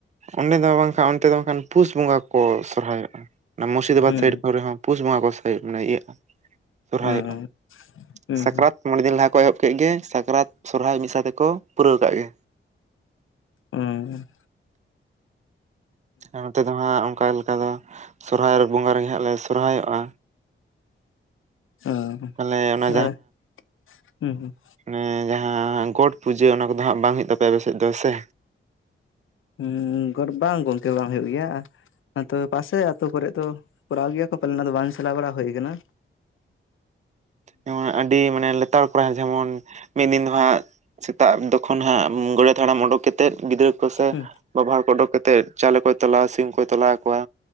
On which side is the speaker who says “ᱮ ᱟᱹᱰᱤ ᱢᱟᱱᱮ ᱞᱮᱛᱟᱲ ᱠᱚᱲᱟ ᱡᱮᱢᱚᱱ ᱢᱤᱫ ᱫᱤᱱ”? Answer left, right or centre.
Right